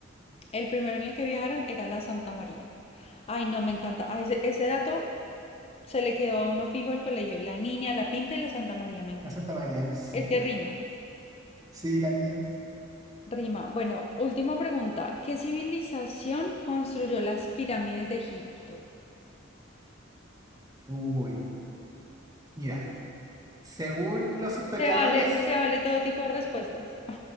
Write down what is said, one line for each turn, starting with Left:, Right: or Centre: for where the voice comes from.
Left: el primero en el que viajaron era la Santa María. Ay, no, me encanta. Ah, ese, ese dato se le quedó a uno fijo el colegio. La niña, la pinta y la Santa María, me encantaba.
Right: La Santa María, sí.
Left: Es que Sí. rima,
Right: Sí, la niña.
Left: rima. Bueno, última pregunta. ¿Qué civilización construyó las pirámides de Egipto?
Right: Uy, mira, según los historiadores,
Left: Se vale, se vale todo tipo de respuestas.